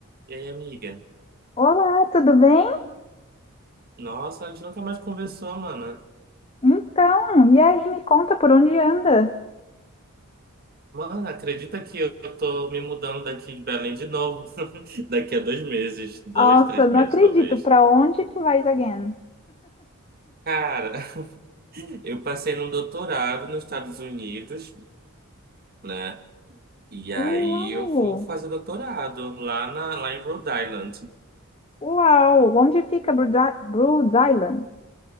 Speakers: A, on the right (about 45°); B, on the left (about 25°).
A: E aí, amiga?
B: Olá, tudo bem?
A: Nossa, a gente nunca mais conversou, mano.
B: Então, e aí, me conta por onde anda?
A: Mano, acredita que eu tô me mudando daqui de Belém de novo? <laughs> Daqui a dois meses, dois,
B: Nossa,
A: três
B: não
A: meses,
B: acredito.
A: talvez.
B: Pra onde tu vais again?
A: Cara, <laughs> eu passei num doutorado nos Estados Unidos, né? E aí
B: Uau!
A: eu vou fazer doutorado lá, na, lá em Rhode Island.
B: Uau! Onde fica Brood I- Brood Island?